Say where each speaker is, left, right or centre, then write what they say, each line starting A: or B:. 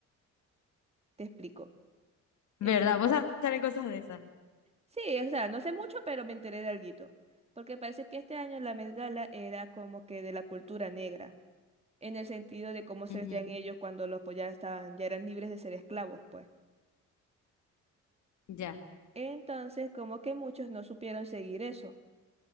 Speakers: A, on the right; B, on the left.
A: Te explico.
B: ¿verdad?
A: Eh,
B: Vos sabés que salen cosas de esas.
A: sí, o sea, no sé mucho, pero me enteré de alguito. Porque parece que este año la Met Gala era como que de la cultura negra, en el sentido de cómo se
B: Ujú,
A: vestían ellos cuando los pues, ya estaban, ya eran libres de ser esclavos, pues.
B: Ya,
A: Entonces, como que muchos no supieron seguir eso